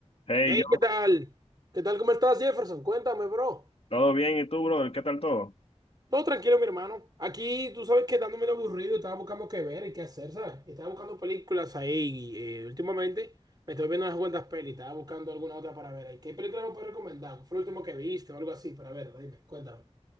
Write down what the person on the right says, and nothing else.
Hey,
¿qué tal? ¿Qué tal? ¿Cómo estás, Jefferson? Cuéntame, bro.
Todo tranquilo, mi hermano. Aquí, tú sabes que dándome aburrido, estaba buscando qué ver y qué hacer, ¿sabes? Estaba buscando películas ahí. eh, últimamente me estoy viendo unas cuantas pelis, estaba buscando alguna otra para ver ahí. ¿Qué película me puedes recomendar? ¿Cuál ¿Fue el último que viste o algo así? Para ver, dime, cuéntame.